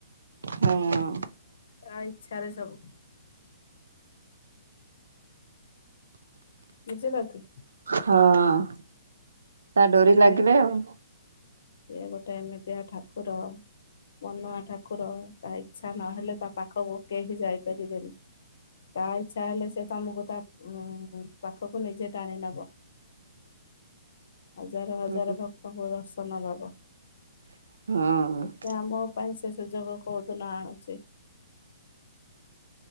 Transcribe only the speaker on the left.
ତା ଇଛାରେ ସବୁ। ବୁଝିଲ କି?
ସିଏ
ସିଏ ଗୋଟେ ଏମିତିଆ ଠାକୁର। ମନୁଆ ଠାକୁର ତା ଇଚ୍ଛା ନହେଲେ ତା ପାଖକୁ କେହିି ଯାଇପାରିବେନି। ତା ଇଚ୍ଛା ହେଲେ ସେ ତମକୁ ତା ଉ ପାଖକୁ ନିଜେ ଟାଣି ନବ। ହଜାର ହଜାର
ଭକ୍ତଙ୍କୁ ଦର୍ଶନ ଦବ।
ଏତେ ଆମ ପାଇଁ ସେ ସୁଯୋଗ କୋଉ ତୁନ ଆଉଚି।